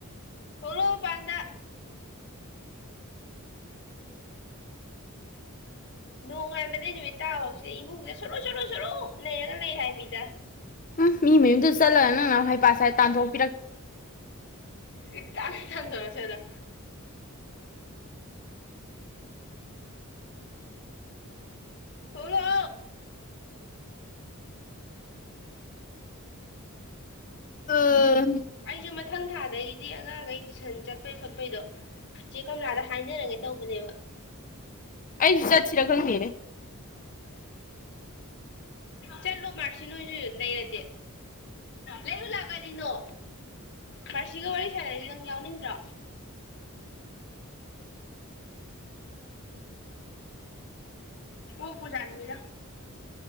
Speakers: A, on the left; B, on the left.
A: ꯊꯂ ꯄꯥꯟꯗ ꯅꯣꯡꯉꯥꯟꯕꯗꯩ ꯅꯨꯃꯤꯠ ꯇꯥ ꯍꯧꯁꯤ ꯏꯃꯨꯡꯁꯤꯗ ꯁꯣꯔꯨ ꯁꯣꯔꯨ ꯁꯣꯔꯨ ꯂꯩꯔꯒ ꯂꯩ ꯍꯥꯏꯕꯤꯗ
B: ꯎꯝ ꯃꯤ ꯃꯌꯨꯝꯗꯨ ꯆꯠꯂꯒ ꯅꯪ ꯅ ꯍꯩ ꯄꯁꯥꯏ ꯇꯥꯟꯊꯣꯛ
A: ꯏ ꯇꯅꯤ ꯇꯥꯟꯗꯔꯁꯗ ꯊꯣꯂꯣ
B: ꯎꯝ
A: ꯑꯩꯖ‌ꯦ ꯃꯛ ꯃꯊꯪ ꯊꯥꯗꯒꯤꯗꯤ ꯑꯉꯥꯡꯈꯩ ꯇꯨꯏꯁꯟ ꯆꯠꯄꯩ ꯈꯣꯠꯄꯩꯗꯣ ꯆꯦ ꯀꯝꯂꯥꯗ ꯍꯥꯏꯅꯔꯒꯦ ꯇꯧꯕꯅꯦꯕ
B: ꯑꯩꯁꯨ ꯆꯠꯁꯤꯤꯔꯒꯪꯅꯤꯔꯦ
A: ꯆꯠꯂꯣ ꯃꯥꯔꯁꯤ ꯅꯣꯏꯁꯨ ꯂꯩꯔꯗꯤꯦ ꯂꯩ ꯎꯜꯂꯥꯛꯒꯗꯤꯅꯣ ꯃꯥꯁꯤꯒ ꯋꯥꯔꯤ ꯁꯥꯟꯅꯔꯗꯤ ꯅꯪ ꯌꯥꯎꯅꯤꯡꯗ꯭ꯔꯣ ꯑꯣ ꯄꯨꯖꯥꯅꯤꯡꯉꯗ